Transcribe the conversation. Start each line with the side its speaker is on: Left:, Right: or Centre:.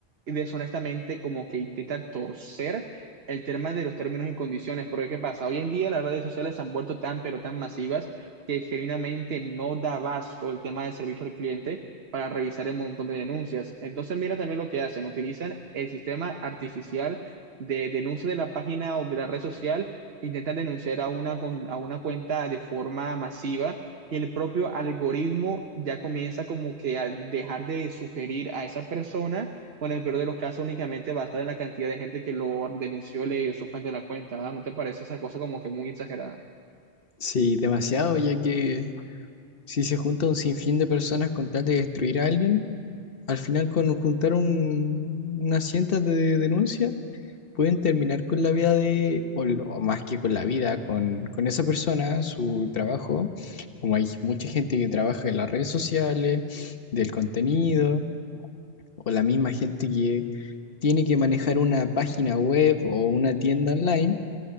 Right: deshonestamente como que intenta torcer el tema de los términos y condiciones, porque ¿qué pasa? Hoy en día las redes sociales se han vuelto tan pero tan masivas que genuinamente no da abasto el tema de servicio al cliente para revisar el montón de denuncias. Entonces mira también lo que hacen, utilizan el sistema artificial de denuncia de la página o de la red social, intentan denunciar a una, con- a una cuenta de forma masiva y el propio algoritmo ya comienza como que a dejar de sugerir a esa persona, o en el peor de los casos únicamente va a estar en la cantidad de gente que lo denunció, le suspendió la cuenta, ¿ah? ¿No te parece esa cosa como que muy exagerada?
Left: Sí, demasiado, ya que si se junta un sinfín de personas con tal de destruir a alguien, al final con juntar un- unas cientas de denuncias, pueden terminar con la vida de, o, lo- o más que con la vida, con, con esa persona, su trabajo, como hay mucha gente que trabaja en las redes sociales, del contenido. o la misma gente que tiene que manejar una página web o una tienda online,